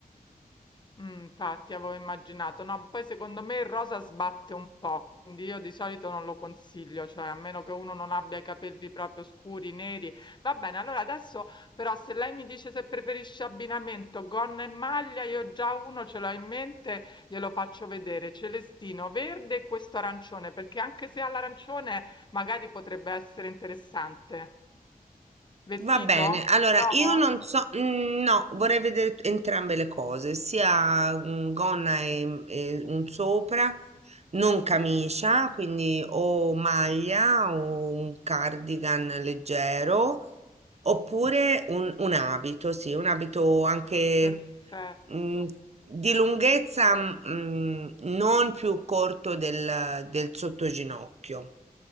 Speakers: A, on the left; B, on the right.
A: Mh, infatti avevo immaginato. No, poi secondo me il rosa sbatte un po', quindi io di solito non lo consiglio, cioè a meno che uno non abbia i capelli proprio scuri, neri. Va bene, allora adesso però se lei mi dice se preferisce abbinamento gonna e maglia, io già uno ce l'ho in mente, glielo faccio vedere, celestino verde e questo arancione, perché anche se ha l'arancione magari potrebbe essere interessante. Vestito?
B: Va bene, allora
A: Provo?
B: io non so, mm, no, vorrei vedere t- entrambe le cose, sia mm, gonna e, mm, e un sopra, non camicia, quindi o maglia o un cardigan leggero, oppure un, un abito, sì, un abito anche
A: Perfetto.
B: mm, di lunghezza mm, non più corto del, del sottoginocchio.